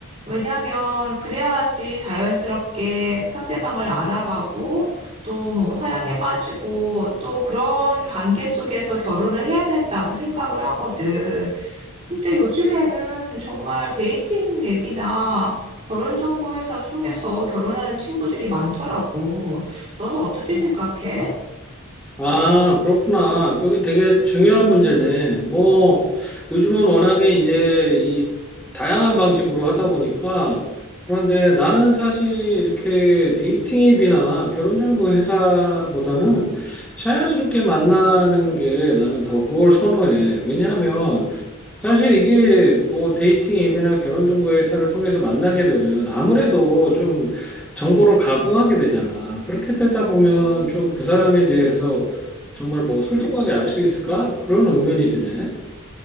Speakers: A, on the right (about 30°); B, in the centre.
A: 왜냐하면 그래야지 자연스럽게 상대방을 알아가고 또 뭐 사랑에 빠지고 또 그런 관계 속에서 결혼을 해야 된다고 생각을 하거든. 근데 요즘에는 정말 데이팅 앱이나 결혼 정보 회사 통해서 결혼하는 친구들이 많더라고. 너는 어떻게 생각해?
B: 아, 그렇구나. 그게 되게 중요한 문제네. 뭐, 요즘은 워낙에 이제 이 다양한 방식으로 하다 보니까, 그런데 나는 사실 이렇게 데이팅 앱이나 결혼 정보 회사보다는 자연스럽게 만나는 게 나는 더 그걸 선호해. 왜냐하면 사실 이게 뭐 데이팅 앱이나 결혼 정보 회사를 통해서 만나게 되면 아무래도 좀 정보를 가공하게 되잖아. 그렇게 되다 보면 좀 그 사람에 대해서 정말 뭐 솔직하게 알 수 있을까? 그런 의문이 드네.